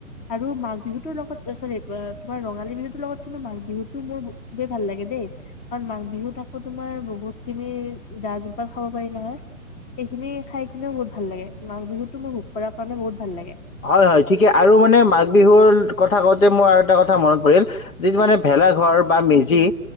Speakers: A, on the left; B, on the left.
A: আৰু মাঘ বিহুতৰ লগত চৰি তোমাৰ ৰঙালী বিহুতৰ লগত কিন্তু মাঘ বিহুতো মোৰ খুবেই ভাল লাগে দেই, কাৰণ মাঘ বিহুত আকৌ তোমাৰ বহুত খিনি জা জলপান খাব পাৰি নহয় সেইখিনি খাই কিনিও বহুত ভাল লাগে মাঘ বিহুতো মোৰ ভোগ কৰাৰ কাৰণে বহুত <unintelligible> ভাল লাগে।
B: হয় হয় ঠিকে আৰু মানে মাঘ বিহুৰ কথা কওঁতে মোৰ আৰু এটা কথা মনত পৰিল যি মানে ভেলা বা মেজি
A: উম উম